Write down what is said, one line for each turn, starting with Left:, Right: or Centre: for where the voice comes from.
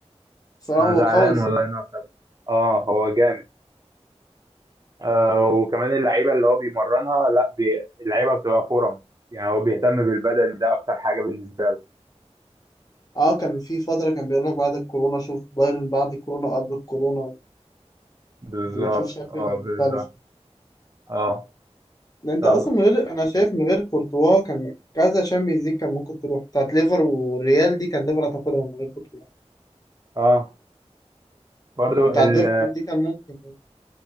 Left: صراحة
Right: انا
Left: هو
Right: زعلان
Left: قوي صراحة
Right: والله انه سابه اه هو جامد آه وكمان اللعيبه اللي هو بيمرنها لا بي... اللعيبه بتبقى فورم يعني هو بيهتم بالبدن ده اكتر حاجه بالنسبه له
Left: آه كان في فترة كان بيقول لك بعد الكورونا شوف بايرن بعد الكورونا وقبل الكورونا
Right: بالظبط
Left: كنت بتشوف شكل
Right: اه
Left: مختلف
Right: بالظبط اه
Left: ده انت
Right: طب
Left: اصلا من غير انا شايف من غير كورتوا كان كذا شامبيونز ليج كان ممكن تروح بتاعت ليفر والريال دي كان ليفر هتاخدها من غير كورتوا
Right: اه برضو
Left: وبتاعت
Right: ال
Left: دورتموند دي كان ممكن برضه.